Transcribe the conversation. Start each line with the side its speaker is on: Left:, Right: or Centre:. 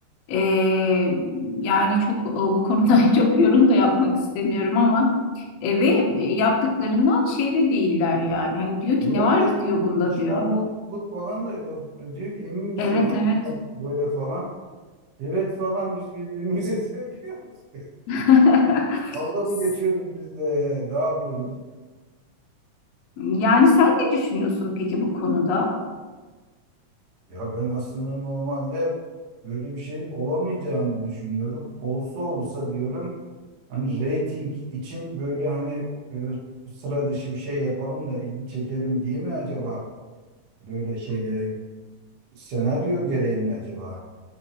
Left: Ee, yani çok e, bu konuda <laughs> çok yorum da yapmak istemiyorum ama e, ve e, yaptıklarından şey de değiller yani. Hani diyor ki
Right: Evet
Left: ne var ki diyor bunda
Right: Düşmanlık
Left: diyor.
Right: falan da yok. Diyor ki emin misin
Left: Evet
Right: falan
Left: evet.
Right: bak böyle falan. Evet falan biz birbirimizi <laughs> seviyoruz.
Left: <laughs>
Right: Dalga mı geçiyoruz biz de ne yapıyoruz?
Left: Yani sen ne düşünüyorsun peki bu konuda?
Right: Ya ben aslında normalde böyle bir şeyin olamayacağını düşünüyorum. Olsa olsa diyorum hani reyting için böyle hani böyle sıra dışı bir şey yapalım da ilgi çekelim diye mi acaba böyle şeylere senaryo gereği mi acaba